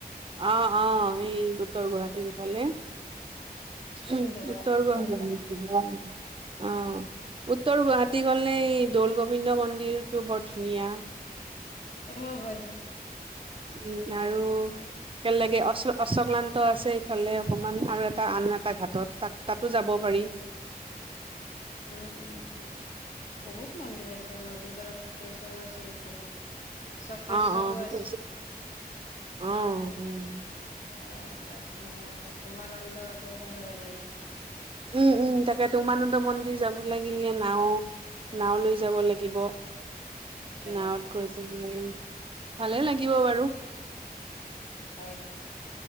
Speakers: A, on the right; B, on the left.
A: অ' অ' সেই উত্তৰ গুৱাহাটীৰ সিফালে।
B: সেইটো
A: উম,
B: যোৱা
A: উত্তৰ
B: যোৱা
A: <unintelligible>
B: হোৱা নাই
A: অ', উত্তৰ গুৱাহাটী গ'লে এই দৌল গৌবিন্দ মন্দিৰটো বৰ ধুনীয়া।
B: অ', হয় হয়।
A: উম,
B: হয়,
A: আৰু একেলগে অচ অচ্চক্লান্ত আছে। ইফালে অকমান আৰু এটা আন এটা ঘাটত তাত তাতো যাব পাৰি।
B: উম উম উম। বহুত মন্দিৰ আছে আৰু নদীৰ পৰা থুক্লেশ্বৰো আছে এইফালে চক্ৰেশ্বৰো
A: অ', অ', সেইটো
B: আছে
A: অ' উ
B: <unintelligible> আপোনাৰ উমানন্দটো ভাল লাগে।
A: উম উম তাকেটো উমানন্দ মন্দিৰ যাব লাগিলে নাও নাও লৈ যাব লাগিব।
B: হয়,
A: নাৱত
B: হয়,
A: গৈ থাকিলে ভালে লাগিব বাৰু।
B: হয় হয়।